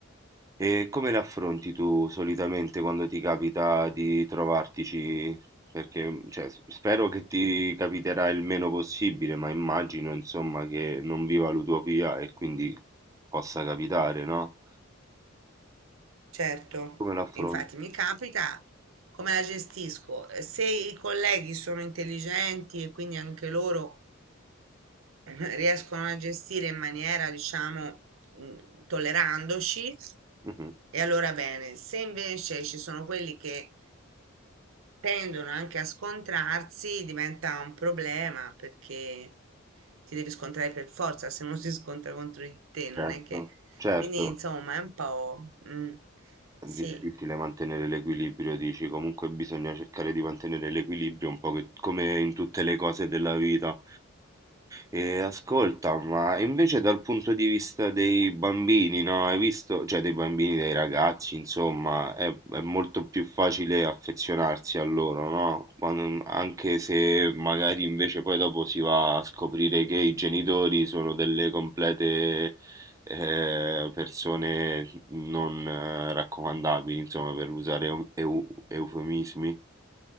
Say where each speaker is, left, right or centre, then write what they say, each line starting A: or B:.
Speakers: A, on the right; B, on the right.
A: E come le affronti tu solitamente quando ti capita di trovartici? Perché, cioè, s- spero che ti capiterà il meno possibile, ma immagino, insomma, che non viva l'utopia e quindi possa capitare, no?
B: Certo,
A: Come l'affronti?
B: infatti mi capita come la gestisco. Eh, Se i colleghi sono intelligenti e quindi anche loro <laughs> riescono a gestire in maniera, diciamo, mm, tollerandoci,
A: Mhm,
B: e allora bene. Se invece ci sono quelli che tendono anche a scontrarsi, diventa un problema perché ti devi scontrare per forza, se non <laughs> si scontra contro di te, non
A: Certo,
B: è che...
A: certo.
B: Quindi, insomma, è un po'... mm,
A: È
B: sì.
A: difficile mantenere l'equilibrio, dici, comunque bisogna cercare di mantenere l'equilibrio un po' che- come in tutte le cose della vita. E ascolta, ma invece dal punto di vista dei bambini, no? Hai visto? Cioè dei bambini, dei ragazzi, insomma, è, è molto più facile affezionarsi a loro, no? Quando- anche se magari invece poi dopo si va a scoprire che i genitori sono delle complete eh, persone non eh, raccomandabili, insomma, per usare eu- eu- eufemismi.